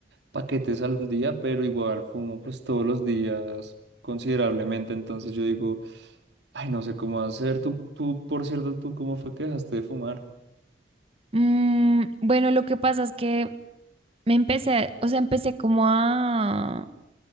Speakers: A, on the right; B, on the right.
A: paquetes al día, pero igual fumo pues todos los días considerablemente. Entonces yo digo, ay, no sé cómo hacer. Tú, tú, por cierto, ¿tú cómo fue que dejaste de fumar?
B: Mm, bueno, lo que pasa es que me empecé, o sea, empecé como a...